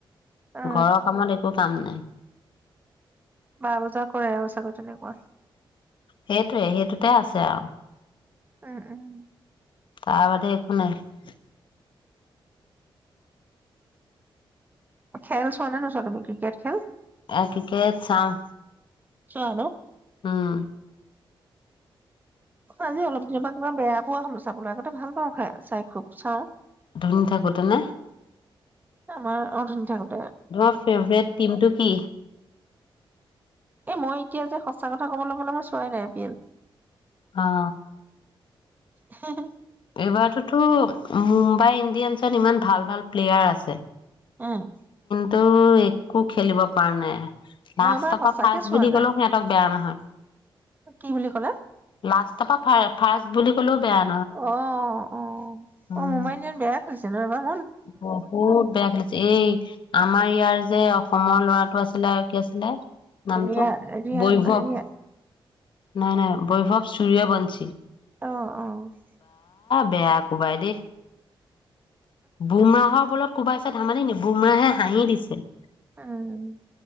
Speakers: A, on the right; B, on the left.
A: অ
B: ঘৰৰ কামত একো কাম নাই
A: বাৰ বজাত কৰে ব চাগৈ তেনেকুৱা
B: সেইটোৱে সেইটোতে আছে আও
A: উম উম
B: তাৰ বাদে একো নাই
A: খেল চোৱা ন নোছোৱা তুমি ক্ৰিকেট খেল
B: আহ ঠিকেই চাওঁ
A: চোৱা ন
B: ওম
A: আজি অলপ দিনৰ পৰা কিবা বেয়া পোৱা হৈছে। চাবলৈ আগতে ভাল পাওঁ খাই চাই খুব চাওঁ
B: দুদিন থাকোঁতেনে।
A: আমাৰ অথনিতে হ'ল
B: ধৰা ফেভৰেট টিমটো কি?
A: এ মই এতিয়া যে সঁচা কথা কবলৈ গ'লে মই চোৱাই নাই আই পি এল
B: অ '
A: হে - হে
B: এইবাৰতোতো মুম্বাই ইণ্ডিয়ানছত ইমান ভাল ভাল প্লেয়াৰ আছে।
A: অ'
B: তো একো খেলিব পৰা নাই। লাষ্টৰ
A: মই এইবাৰ সঁচাকে
B: পৰা ফাৰ্চ
A: চোৱা
B: বুলি
A: নাই
B: ক'লেও সিহঁতক বেয়া নহয়।
A: কি বুলি ক'লে?
B: লাষ্টৰ পৰা ফাৰ্চ বুলি ক'লেও বেয়া নহয়
A: অ -অ
B: উম
A: -অ মোম্বাই দন বেয়া হৈছে নহয় বা ।
B: বহুত বেয়া খেলিছে এই আমাৰ ইয়াৰ যে অসমৰ ল'ৰাটো আছিলে কি আছিলে নামটো
A: ৰিয়া ৰিয়া
B: বৈভৱ
A: ৰিয়া
B: নাই -নাই বৈভৱ সূৰ্য্যবংশী চি
A: অ ' অ '
B: বেয়া কোবাই দেই বোমৰাাহৰ বলত কোবাইছে ধেমালী নেকি বুমৰাহে হাঁহি দিছিল
A: উম,